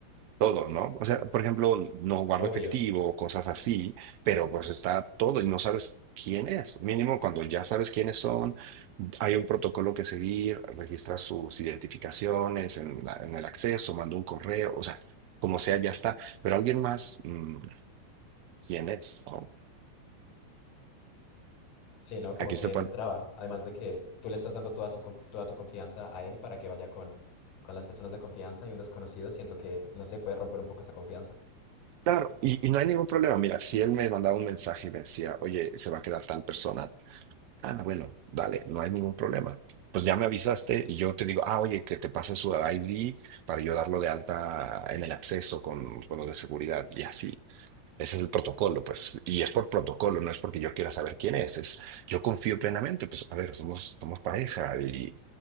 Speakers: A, on the right; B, on the left.
A: todo, ¿no? O sea, por ejemplo, no guardo
B: Obvio.
A: efectivo, cosas así, pero pues está todo y no sabes quién es. Mínimo cuando ya sabes quiénes son, hay un protocolo que seguir, registras sus identificaciones en la- en el acceso, manda un correo, o sea, como sea, ya está. Pero alguien más, mm, ¿quién es? no?
B: Sí, no, como
A: Aquí
B: que
A: se,
B: no entraba. Además de que tú le estás dando toda su conf- toda tu confianza a él para que vaya con, con las personas de confianza y un desconocido, siento que no se puede romper un poco esa confianza.
A: Claro, y, y no hay ningún problema. Mira, si él me mandaba un mensaje y me decía, oye, se va a quedar tal persona, ah, bueno, dale, no hay ningún problema. Pues ya me avisaste y yo te digo, ah, oye, que te pase su ID para yo darlo de alta en el acceso con, con lo de seguridad y así. Ese es el protocolo, pues, y es por protocolo, no es porque yo quiera saber quién es, es, yo confío plenamente, pues, a ver, somos, somos pareja y